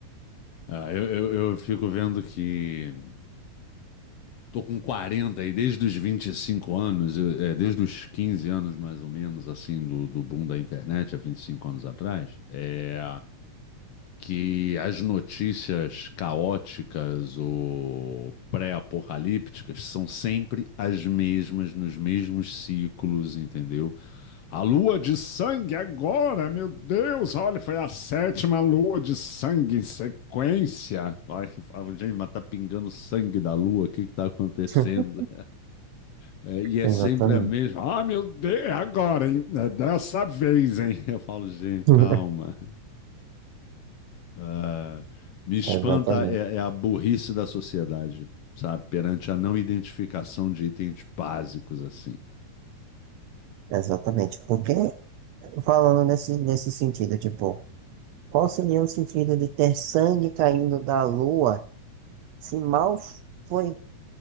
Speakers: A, on the left (about 70°); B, on the right (about 75°).
A: Ah, eu, eu, eu fico vendo que tô com 40 e desde os 25 anos, eu- é, desde os 15 anos mais ou menos, assim, do, do boom da internet, há 25 anos atrás, é, que as notícias caóticas ou pré-apocalípticas são sempre as mesmas, nos mesmos ciclos, entendeu? A lua de sangue agora, meu Deus, olha, foi a sétima lua de sangue em sequência. Vai, fala, gente, mas tá pingando sangue da lua, o que que tá acontecendo?
B: <laughs>
A: É, e é
B: Exatamente.
A: sempre a mesma. Ah, meu Deus, é agora, hein? É dessa vez, hein? Eu falo, gente,
B: <laughs>
A: calma. Ah, me espanta
B: Exatamente.
A: é, é a burrice da sociedade, sabe? Perante a não identificação de itens básicos assim.
B: Exatamente. Porque, falando nesse, nesse sentido, tipo, qual seria o sentido de ter sangue caindo da lua se mal foi